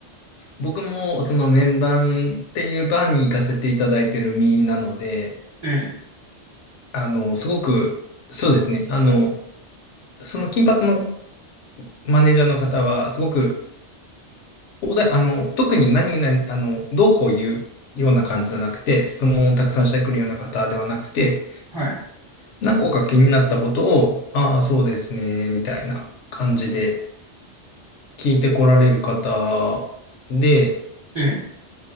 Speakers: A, on the left; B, on the right.
A: 僕もその面談っていう場に行かせていただいてる身なので、
B: ええ、
A: あの、すごく、そうですね。あの、その金髪のマネージャーの方は、すごく、おだ、あの、特に何々、あの、どうこう言うような感じじゃなくて、質問をたくさんしてくるような方ではなくて、
B: はい、
A: 何個か気になったことを、ああ、そうですね、みたいな感じで聞いてこられる方で、
B: ええ、